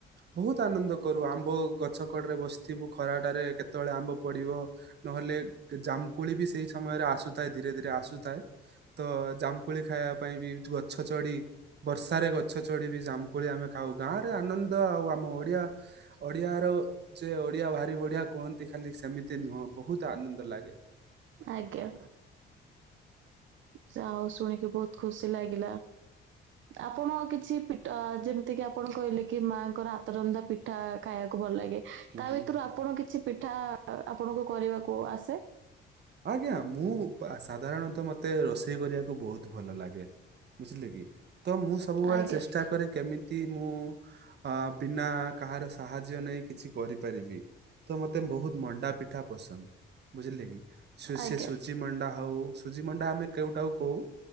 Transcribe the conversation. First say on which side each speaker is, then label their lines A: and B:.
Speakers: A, on the right (about 60°); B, on the right (about 75°).
A: ବହୁତ ଆନନ୍ଦ କରୁ ଆମ୍ବ ଗଛ କଡରେ ବସିଥିବୁ ଖରା ଖରାଟାରେ କେତେବେଳେ ଆମ୍ବ ପଡିବ ନହେଲେ ଜାମକୁଳି ବି ସେଇ ସମୟରେ ଆସୁଥାଏ। ଧୀରେ ଧୀରେ ଆସ ଆସୁଥାଏ ତ ଜାମକୁଳି ଖାଇବା ପାଇଁ ବି ଗଛ ଚଢି ବର୍ଷାରେ ଗଛ ଚଢିବ ଜାମକୁଳି ଆମେ ଖାଉ ଗାଁ ରେ ଆନନ୍ଦ ଆଉ ଆମ ଓଡିଆ ଓଡିଆର ଯେ ବଢିଆ ଭାରି ବଢିଆ କୁହନ୍ତି ଖାଲି ସେମିତି ନୁହଁ ବହୁତ ଆନନ୍ଦ ଲାଗେ
B: ଆଜ୍ଞା। ସେ ଆଉ ଶୁଣିକି ବହୁତ ଖୁସି ଲାଗିଲା। ଆପଣ କିଛି ପିଠ ଯେମିତି କିି ଆପଣ କହିଲେ କି ମାଆଙ୍କର ହାତରନ୍ଧା ପିଠା ଖାଇବାକୁ ଭଲ ଲାଗେ
A: ହୁଁ
B: ତା
A: ହୁଁ
B: ଭିତରୁ ଆପଣ କିଛି ପିଠା ଆପଣଙ୍କୁ କରିବାକୁ ଆସେ
A: ଆଜ୍ଞା ମୁଁ ସାଧାରଣତଃ ମତେ ରୋଷେଇ କରିବାକୁ ବହୁତ ଭଲ ଲାଗେ। ବୁଝିଲେ କି? ତ ମୁଁ ସବୁବେଳେ
B: ଆଜ୍ଞା
A: ଚେଷ୍ଟା କରେ କେମିତି ମୁଁ ଅ ବିନା କାହାର ସାହ ଯ୍ୟ ନେଇ କିଛି କରିପାରିବି ତ ମତେ ବହୁତ ମଣ୍ଡା ପିଠା ପସନ୍ଦ ବୁଝିଲେ କି? ସେ
B: ଆଜ୍ଞା
A: ସୁୂଜି ମଣ୍ଡା ହଉ ସୁୂଜିମଣ୍ଡା ଆମେ କେଉଟାକୁ କହୁ।